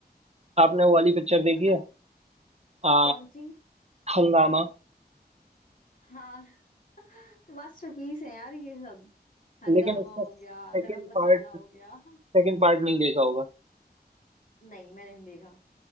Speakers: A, on the right; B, on the left.
A: आपने वो वाली पिक्चर देखी
B: मतलब
A: है आ,
B: कौन सी
A: हंगामा
B: हाँ मास्टरपीस है यार ये सब हंगामा
A: लेकिन उसका
B: हो
A: सेकंड
B: गया गरम मसाला
A: पार्ट
B: हो गया
A: सेकंड पार्ट नहीं देखा होगा
B: नहीं मैंने नहीं देखा